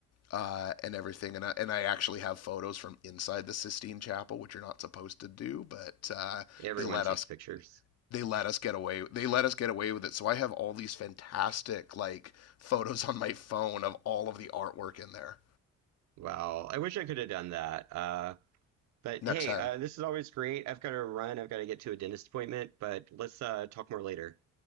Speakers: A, on the left; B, on the right.
A: uh, and everything. And I, and I actually have photos from inside the Sistine Chapel, which you're not supposed to do, but uh,
B: Everyone
A: they let
B: takes
A: us
B: pictures.
A: they let us get away they let us get away with it. So I have all these fantastic like photos on my phone of all of the artwork in there.
B: Wow, I wish I could have done that. Uh, but
A: Next
B: hey,
A: time.
B: uh, this is always great. I've got to run. I've got to get to a dentist appointment, but let's uh, talk more later.